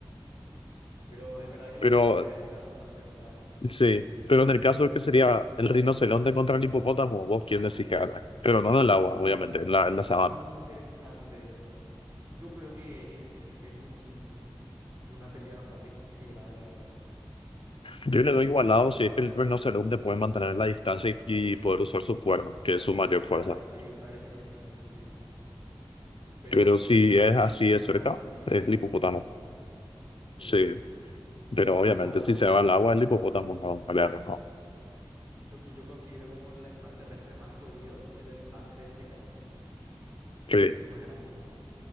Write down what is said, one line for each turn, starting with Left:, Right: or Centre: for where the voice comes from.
Right: Pero es verdad que el
Left: Pero
Right: cuerno le daría bastante ventaja.
Left: Sí, pero en el caso que sería el rinoceronte contra el hipopótamo, vos quién decís que gana. Pero no en
Right: Uh,
Left: el agua, obviamente, en la, en la sabana.
Right: muy interesante. Yo creo que es, es- es un, una pelea bastante equilibrada, la verdad.
Left: Yo le doy igualado si es que el rinoceronte puede mantener la distancia y, poder usar su cuernos, que es su mayor
Right: Claro,
Left: fuerza.
Right: sí, usar eficientemente, sí. Pero
Left: Pero si
Right: sí, yo,
Left: es así de
Right: yo
Left: cerca,
Right: creo bastante equilibrado,
Left: es el hipopótamo.
Right: sí.
Left: Sí, pero
Right: Y ahora
Left: obviamente si se va al agua, el hipopótamo no. vale, no.
Right: lo que yo considero como el animal terrestre más jodido, el elefante africano, es
Left: Sí,
Right: la especie más grande.